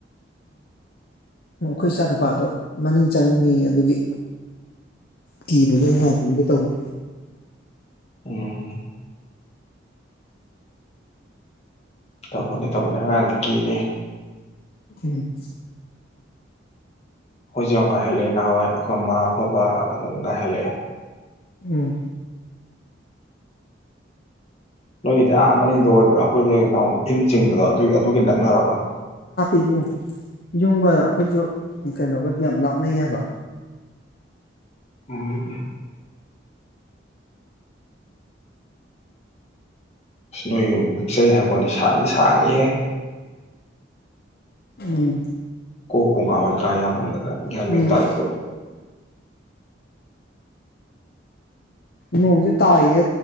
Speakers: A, on the left; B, on the left.
A: ꯎꯝ ꯑꯩꯈꯣꯏ ꯏꯆꯥ ꯅꯨꯄꯥꯗꯣ ꯃꯅꯤꯡ ꯆꯪꯅꯤꯡꯉꯤ ꯑꯗꯨꯒꯤ ꯀꯤꯕꯒꯤ ꯉꯥꯏꯕꯤꯔꯨꯒꯦ ꯇꯧꯕ
B: ꯎꯝ ꯇꯧꯕꯅꯦ ꯇꯧꯕꯅꯦ ꯑꯉꯥꯡꯗꯤ ꯀꯤꯅꯤ
A: ꯎꯝ
B: ꯈꯣꯏꯖꯨ ꯉꯥꯏꯍꯜꯂꯛꯑꯦ ꯅꯍꯥꯟꯋꯥ ꯑꯩꯈꯣꯏ ꯃꯥ ꯑꯩꯈꯣꯏ ꯕꯥ ꯑꯗꯨꯝ ꯉꯥꯏꯍꯜꯂꯛꯑꯦ
A: ꯎꯝ
B: ꯅꯣꯏ ꯑ ꯃꯅꯤꯡꯗ ꯑꯣꯏꯕ꯭ꯔꯥ ꯑꯩꯈꯣꯏꯒꯤ ꯏꯟ ꯆꯤꯡꯕꯗꯣ ꯑꯗꯨ ꯑꯗꯨꯒ ꯅꯛꯅꯔꯕ
A: ꯏꯕꯨꯡ ꯌꯨꯝꯒ ꯑꯩꯈꯣꯏꯁꯨ ꯀꯩꯅꯣꯒꯗꯤ ꯌꯥꯝ ꯂꯥꯞꯅꯩ ꯍꯥꯏꯕ
B: ꯎꯝ ꯅꯣꯏ ꯌꯨꯝꯗ ꯄꯤꯛꯆꯩ ꯍꯥꯏꯕꯅꯦ ꯁꯥꯡꯗꯤ ꯁꯥꯡꯉꯤꯍꯦ
A: ꯎꯝ
B: ꯀꯣꯛꯄꯨ ꯉꯥꯎꯋꯦ ꯀꯥ ꯌꯥꯃꯟꯗꯅ ꯒ꯭ꯌꯥꯟ ꯃꯦꯟ
A: ꯎꯝ
B: ꯇꯥꯗꯦ
A: ꯅꯣꯡꯁꯦ ꯇꯥꯏꯌꯦ